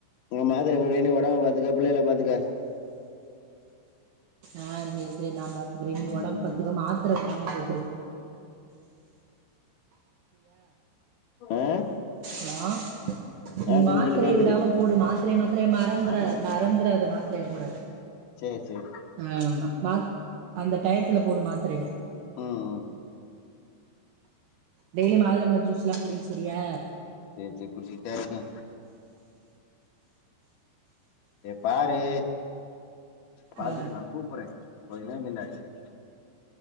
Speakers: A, on the left; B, on the right.
A: உங்க மாத்தரைய போட்டுனு ஒட ம்ப பாத்துக்க பிள்ளைகள பாத்துக்க
B: ஆ சேரி சேரி நா பாத் துக்கிறே நீ
A: ம்
B: ஒடம்பு பாத்துக்க மாத்தர விடாம போட்ரு
A: உ ஆ
B: ஹலோ நீ
A: ஆ
B: மாத்தரைய
A: சொல்லு சொல்லு கேக்குது
B: விடாம போடு மாத்தரைய மாத்தர மறந்துற
A: மாத்திரைய போட்ருவே
B: மறந்துறாத
A: மாத்திரைய போட்ருவே
B: மாத்தரைய போட
A: சேரி சேரி
B: ஆமா மாத் அந்த டயத்துல போடு மாத்தரைய
A: ம் ம்
B: டெய்லி மாதுளாம்பழ ஜூஸ் எல்லா குடி செரியா?
A: சேரி சேரி குடிச்சிட்டுதா இருக்கே சேரி பாரு பாத்துட்டு
B: ஆ
A: நா கூப்பட்றே கொஞ்ச நேரோங் கழிச்சு